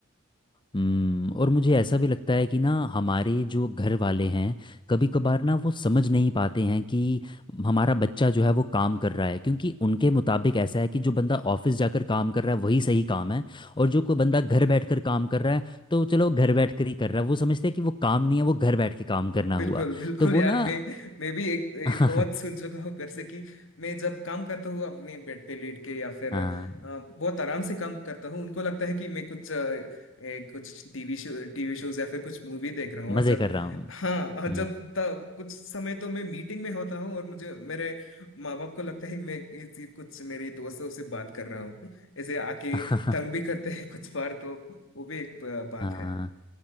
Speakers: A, on the left; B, on the left.
A: हम्म और मुझे ऐसा भी लगता है कि ना हमारे जो घर वाले हैं कभी कभार ना वो समझ नहीं पाते हैं कि हमारा बच्चा जो है वो काम कर रहा है क्योंकि उनके मुताबिक ऐसा है कि जो बंदा ऑफिस जाकर काम कर रहा है वही सही काम है और जो कोई बंदा घर बैठकर काम कर रहा है तो चलो घर बैठकर ही कर रहा है वो समझते हैं कि वो काम नहीं है वो घर बैठ के काम करना
B: बिल्कुल
A: हुआ
B: बिल्कुल
A: तो वो
B: यार
A: ना
B: मैं मैं भी एक, एक
A: <laughs>
B: बहुत सुन चुका हूँ घर से कि मैं जब काम करता हूँ अपने बेड पे लेट के या फिर
A: हाँ
B: अ, बहुत आराम से काम करता हूँ उनको लगता है कि मैं कुछ अ, ए, कुछ टीवी शो टीवी शोज या फिर कुछ मूवी देख रहा हूँ
A: मज़े
B: और जब
A: कर रहा हूँ
B: हाँ और
A: हम्म।
B: जब त, कुछ समय तो मैं मीटिंग में होता हूँ और मुझे मेरे माँ बाप को लगता है कि मैं इस- कुछ मेरी दोस्तों से बात कर रहा हूँ ऐसे आके
A: <laughs>
B: तंग भी करते हैं कुछ बार तो वो भी एक अ, बात
A: हाँ
B: है